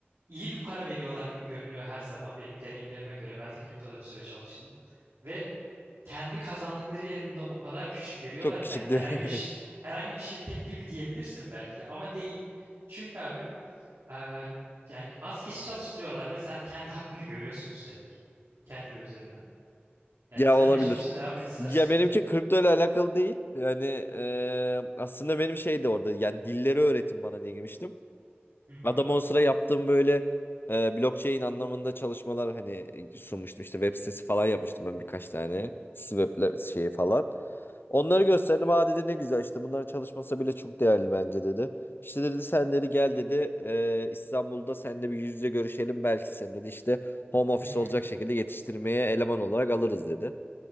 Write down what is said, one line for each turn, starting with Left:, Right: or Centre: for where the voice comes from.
Right: iyi bir para veriyorlar gibi görünüyor her zaman benim deneyimlerime göre. Ben de kriptoda bir süre çalıştım. Ve kendi kazandıkları yanında o kadar küçük veriyorlar
Left: Çok
Right: ki
Left: küçüktü.
Right: hani herhangi
Left: <laughs>
Right: bir ş- herhangi bir şirket gibi diyebilirsin belki ama değil. Çünkü abi e, yani az kişi çalıştırıyorlar ve sen kendi hakkını görüyorsun üstelik kendi gözlerinden. Yani
Left: Ya
Right: sen
Left: olabilir.
Right: ne yaşamıştın devam et istersen.
Left: Ya benimki
Right: <laughs>
Left: kripto ile alakalı değil. Yani eee, aslında benim şey de orada. Yani dilleri öğretin bana diye girmiştim.
Right: Hı hı.
Left: Adam on sıra yaptığım böyle e, blockchain anlamında çalışmalar hani e, sunmuştum. İşte web sitesi falan yapmıştım ben birkaç tane. Web şeyi falan. Onları gösterdim. Aa dedi ne güzel işte bunların çalışması bile çok değerli bence dedi. İşte dedi sen dedi gel dedi e, İstanbul'da seninle bir yüz yüze görüşelim. Belki sen dedi işte home office
Right: Hı hı.
Left: olacak şekilde yetiştirmeye eleman olarak alırız dedi.